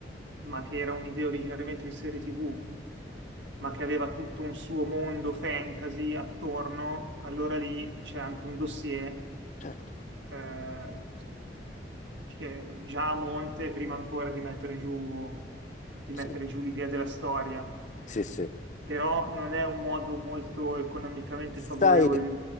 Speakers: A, on the right; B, on the left.
A: ma che era un'idea originariamente di serie TV, ma che aveva tutto un suo mondo fantasy attorno, allora lì c'è anche un dossier
B: Certo,
A: eh, che già a monte, prima ancora di mettere giù, di mettere
B: sì,
A: giù l'idea della storia,
B: sì, sì.
A: però non è un modo molto economicamente
B: Sai,
A: favorevole di...